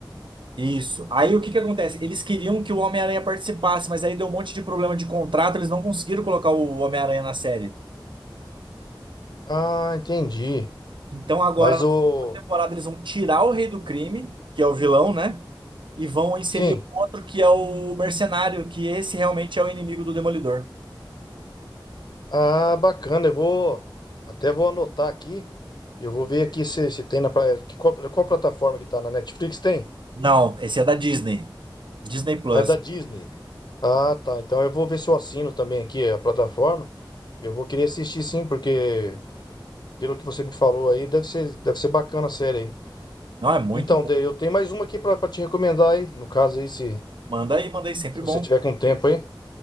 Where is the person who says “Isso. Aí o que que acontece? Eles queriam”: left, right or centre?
Right